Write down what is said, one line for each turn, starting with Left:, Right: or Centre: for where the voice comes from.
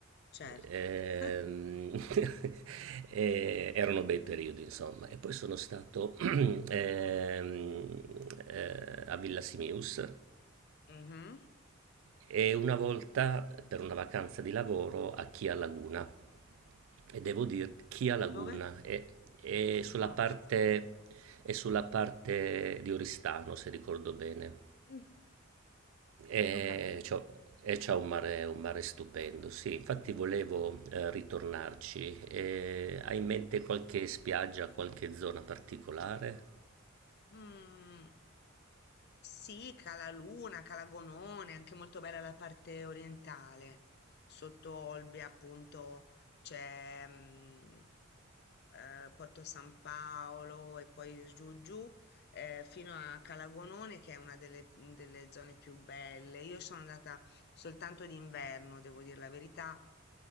Left: certo.
Right: Ehm,
Left: <laughs>
Right: <laughs> e erano bei periodi, insomma. E poi sono stato <clears throat> ehm, eh, a Villa Simius,
Left: Mhm.
Right: e una volta per una vacanza di lavoro a Chia Laguna e devo dire Chia Laguna
Left: Dove?
Right: è, è
Left: Lo
Right: sulla
Left: conosco.
Right: parte, è sulla parte di Oristano, se ricordo bene.
Left: Mm,
Right: E
Left: Ho capito.
Right: c'ho- e c'ha un mare, un mare stupendo, sì, infatti volevo eh, ritornarci. E hai in mente qualche spiaggia, qualche zona particolare?
Left: Mm, sì, Calaluna, Calagonone, anche molto bella la parte orientale. Sotto Olbia, appunto, c'è mm, eh, Porto San Paolo e poi giù giù eh, fino a Calagonone, che è una delle, delle zone più belle. Io sono andata soltanto d'inverno, devo dire la verità,